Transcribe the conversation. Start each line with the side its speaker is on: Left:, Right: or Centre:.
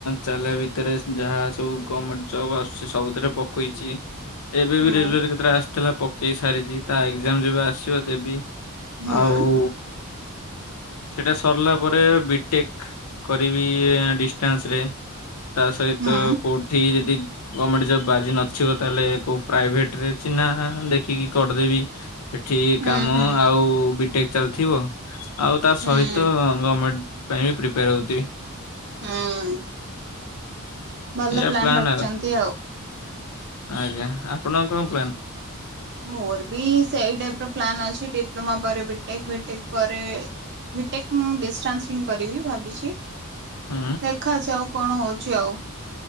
Left: ଚାଲିବା ଭିତରେ ଯାହା ସବୁ ଗମେଣ୍ଟ ଜବ୍ ଆସୁଚି ସବୁଥିରେ ପକେଇଚି। ଏବେ
Right: ହୁଁ
Left: ବି ରେଲୱେ ରେ କେତେଟା ଆସିଥିଲା ପକେଇ ସାରିଚି, ତା ଏକ୍ଜାମ ଯେବେ ଆସିବ ଦେବି।
Right: ହୁଁ
Left: ଆଉ ସେଟା ସରିଲା ପରେ ବିଟେକ୍ କରିବି ଡିଷ୍ଟାନ୍ସ ରେ। ତା ସହିତ
Right: ହୁଁ
Left: କୋଉଠି ଯଦି ଗମେଣ୍ଟ ଜବ୍ ବାଜି ନଥିବ ତାହେଲେ କୋଉ ପ୍ରାଇଭେଟ୍ ରେ ଚିହ୍ନା ଦେଖିକି କରିଦେବି। ଏଠି କାମ
Right: ହୁଁ ହୁଁ
Left: ଆଉ ବିଟେକ୍ ଚାଲିଥିବ ଆଉ ତା
Right: ହୁଁ।
Left: ସହିତ ଗମେଣ୍ଟ ପାଇଁ ବି ପ୍ରିପେୟାର ହୋଉଥିବି।
Right: ହୁଁ। ଭଲ
Left: ଏଇଆ
Right: ପ୍ଲାନ
Left: ପ୍ଲାନ୍
Right: ରଖିଛନ୍ତି
Left: ଆଉ ଆଜ୍ଞା। ଆପଣଙ୍କ କଣ ପ୍ଲାନ୍?
Right: ମୋର ବି ସେଇ ଟାଇପର ପ୍ଲାନ୍ ଅଛି ଡିପ୍ଲମା ପରେ ବିଟେକ୍। ବିଟେକ୍ ପରେ ବିଟେକ୍ ମୁଁ ଡିଷ୍ଟାନ୍ସ ହିଁ କରିବି ଭାବିଚି।
Left: ହୁଁ।
Right: ଦେଖା ଯାଉ କଣ ହୋଉଛି ଆଉ।